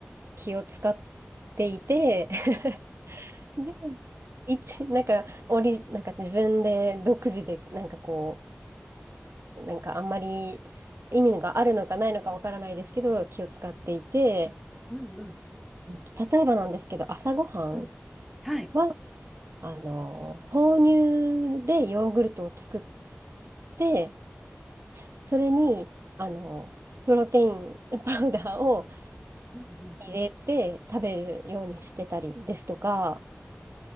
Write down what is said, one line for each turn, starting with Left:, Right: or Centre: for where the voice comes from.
Right: 気を使っていて、<laughs> で、一、なんか、オリ、なんか自分で独自で、なんかこう、なんかあんまり意味があるのかないのかわからないですけど、気を使っていて、
Centre: うんうん。
Right: 例えばなんですけど、朝ごはん
Centre: うんうん。はい。
Right: は、あの、豆乳でヨーグルトを作って、それに、あの、プロテイン <laughs> パウダーを
Centre: うんうん。
Right: 入れて食べるようにしてたりですとか、